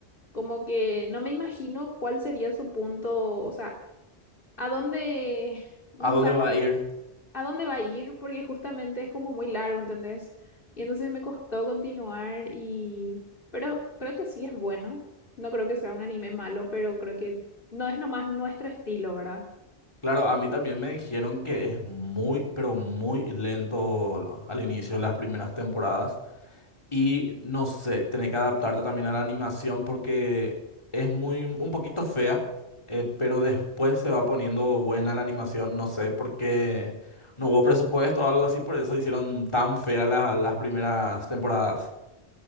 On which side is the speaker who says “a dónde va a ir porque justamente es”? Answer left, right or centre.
Left